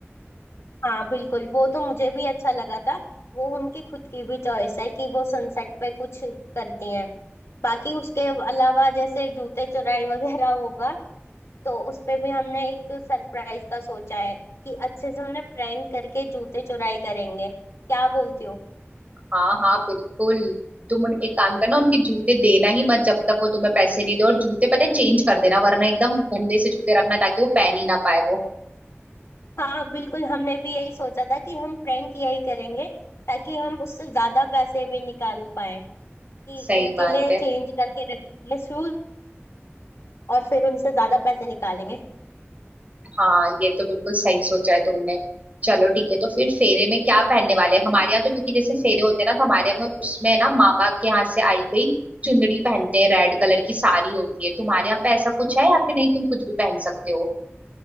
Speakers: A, on the left; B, on the right.
A: हाँ बिल्कुल वो तो मुझे भी अच्छा लगा था वो उनकी खुद की भी चॉइस है कि वो सनसेट पे कुछ करती हैं बाकी उसके अलावा जैसे जूते चुराई वगैरह होगा तो उस पे भी हमने एक सरप्राइज का सोचा है कि अच्छे से उन्हें प्रैंक करके जूते चुराई करेंगे क्या बोलती हो
B: हाँ हाँ बिल्कुल तुम उन एक काम करना उनके जूते देना ही मत जब तक वो तुम्हें पैसे नहीं दे और जूते पता है चेंज कर देना वरना एकदम गंदे से जूते रखना ताकि वो पहन ही ना पाए वो
A: हाँ बिल्कुल हमने भी यही सोचा था कि हम प्रैंक यही करेंगे ताकि हम उससे ज्यादा पैसे भी निकाल पाए कि
B: सही
A: उनके
B: बात
A: लिए
B: है
A: चेंज करके रख देंगे शूज और फिर उनसे ज्यादा पैसे निकालेंगे
B: हाँ ये तो बिल्कुल सही सोचा है तुमने चलो ठीक है तो फिर फेरे में क्या पहनने वाले हैं हमारे यहाँ तो क्योंकि जैसे फेरे होते हैं ना तो हमारे यहाँ में उसमें ना मामा के यहाँ से आई गई चुनरी पहनते हैं रेड कलर की साड़ी होती है तुम्हारे यहाँ पे ऐसा कुछ है या फिर नहीं तुम कुछ भी पहन सकते हो